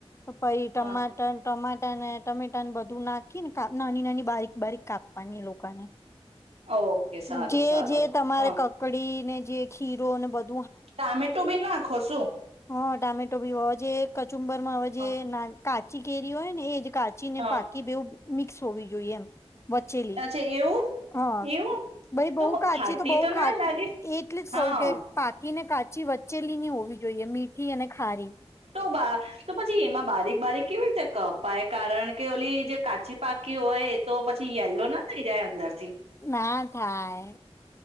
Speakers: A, on the left; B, on the right.
A: પાઈ ટમાટા
B: હા
A: ટમાટા ને ટમેટા ને બધા ું નાખી નેાપ નાની નાની બારીક બારીક કાપવાની એ લોકોને.
B: ઓકે સારું
A: જે
B: સારું
A: જે તમારે
B: હા
A: કકડીને જે હીરો ને બધ
B: ટામેટું બી નાખો શું?
A: હા ટામેટો ભી હો જે ચુંબર માં હવે જે
B: હ
A: કાચ ચીગરી હોય ને એ કાચી
B: હા
A: ને પાકી બેવું મિક્સ હોવી જોઈએ એમ. વચેલી,
B: અચ્છા એવું
A: હા
B: એવું
A: ભાઈ
B: તો
A: બહ
B: બઉ
A: કાચી
B: ખાટી
A: તો બઉ
B: ના
A: ખા
B: લાગે
A: એટલી
B: હા
A: જ ક કે પાકીને કાજ ી વચ્ચેલીની હોવી જોઈએ મીઠી અને ખારી.
B: તો તો પછી એમાં બારીક બારીક કેવી રીતે કપાય કારણ કે ઓલી જે કાચી પાકી હોય એ તો પછી યલો ના થઈ જાય અંદર. થી
A: ના થાય,